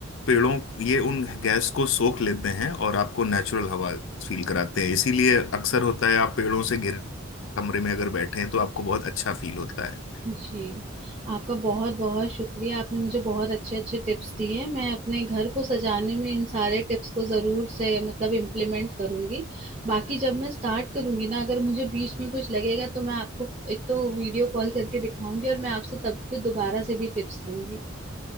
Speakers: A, on the left; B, on the right.
A: पेड़ों ये उन गैस को सोख लेते हैं और आपको नेचुरल हवा फील कराते हैं इसीलिए अक्सर होता है आप पेड़ों से घिरे कमरे में अगर बैठे हैं तो आपको बहुत अच्छा फील होता है
B: जी आपका बहुत बहुत शुक्रिया आपने मुझे बहुत अच्छे अच्छे टिप्स दिए मैं अपने घर को सजाने में इन सारे टिप्स को जरूर से मतलब इम्प्लीमेंट करूंगी बाकी जब मैं स्टार्ट करूंगी ना अगर मुझे बीच में कुछ लगेगा तो मैं आपको एक तो वीडियो कॉल करके दिखाऊंगी और मैं आपसे तब फिर दोबारा से भी टिप्स लूंगी